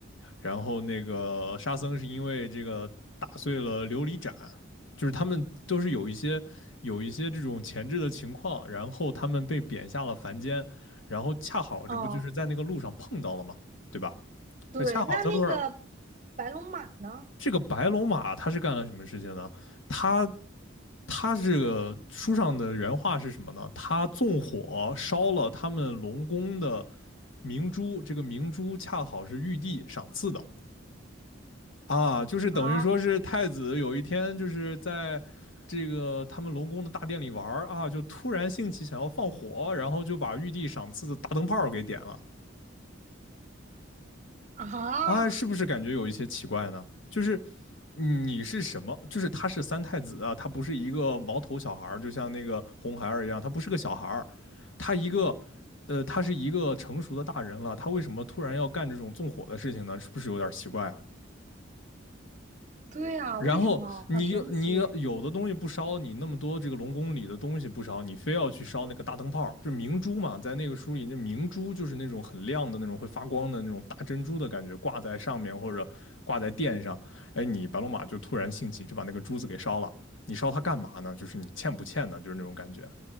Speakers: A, on the left (about 70°); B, on the right (about 35°).
A: 然后那个沙僧是因为这个打碎了琉璃盏，就是他们都是有一些有一些这种前置的情况，然后他们被贬下了凡间。然后恰好这不就是在那个路上碰到了吗？
B: 哦。
A: 对吧？
B: 对，
A: 就恰好在路上，
B: 那那个白龙马呢？
A: 这个白龙马他是干了什么事情呢？他他这个书上的原话是什么呢？他纵火烧了他们龙宫的明珠，这个明珠恰好是玉帝赏赐的啊，就是等于说是太子有一天就是在。
B: 啊
A: 这个他们龙宫的大殿里玩啊，就突然兴起想要放火，然后就把玉帝赏赐的大灯泡给点了。
B: 啊，
A: 啊，是不是感觉有一些奇怪呢？就是你是什么？就是他是三太子啊，他不是一个毛头小孩儿，就像那个红孩儿一样，他不是个小孩儿，他一个呃，他是一个成熟的大人了，他为什么突然要干这种纵火的事情呢？是不是有点奇怪啊？
B: 对啊，
A: 然后你又你又有的东西不烧，
B: 为什么？好神奇！
A: 你那么多这个龙宫里的东西不烧，你非要去烧那个大灯泡，就明珠嘛，在那个书里，那明珠就是那种很亮的那种会发光的那种大珍珠的感觉，挂在上面或者挂在殿上。哎，你白龙马就突然兴起，就把那个珠子给烧了。你烧它干嘛呢？就是你欠不欠呢？就是那种感觉。